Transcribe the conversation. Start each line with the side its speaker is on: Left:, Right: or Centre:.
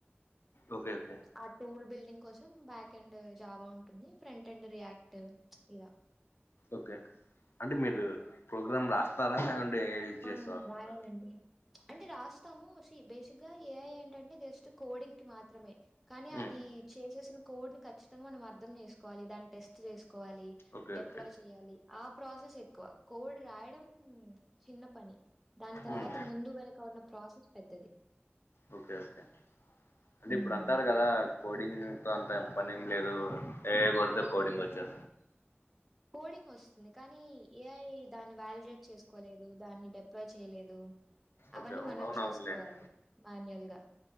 Left: ఓకే ఓకే
Centre: ఆ టూల్ బిల్డింగ్ కోసం బ్యాక్ అండ్ జావా ఉంటుంది ఫ్రంట్ అండ్ రియాక్ట్ చ్ ఇగ
Left: ఓకే అంటే మీరు ప్రోగ్రామ్ రాస్తారా లేకుంటే చేసి
Centre: ఆ
Left: రాస్తారా
Centre: రాయానండి అంటే రాస్తాము సి బేసిక్ గా ఏఐ ఏంటంటే జస్ట్ కోడింగ్ కి మాత్రమే. కానీ
Left: ఉమ్
Centre: అది చేసేసిన కోడ్ ని ఖచ్చితంగా మనం అర్ధం చేసుకోవాలి దాని టెస్ట్ చేసుకోవాలి.
Left: ఓకే
Centre: డెప్లాయ్
Left: ఓకే
Centre: చెయాలి ఆ ప్రాసెస్ ఎక్కువ కోడు రాయడం చిన్న పని దాని తర్వాత
Left: ఉమ్
Centre: ముందు వెనుక ఉన్న ప్రాసెస్ పెద్దది.
Left: ఓకే ఓకే అంటే
Centre: హ్మ్.
Left: ఇప్పుడు అంటారు కదా కోడింగ్తో అంత పని ఏం లేదు. ఏఐ కొడుత
Centre: ఆ!
Left: కోడింగ్ వచ్చా
Centre: కోడింగ్ వస్తుంది కానీ ఏఐ దాన్ని వ్యాలిడేట్ చేసుకోలేదు, దాన్ని డెప్లో చేయలేదు. అవన్నీ
Left: ఓకే అవును
Centre: మనం
Left: అవును
Centre: చేస్కోవాలి
Left: అవునులేండి
Centre: మాన్యువల్ గా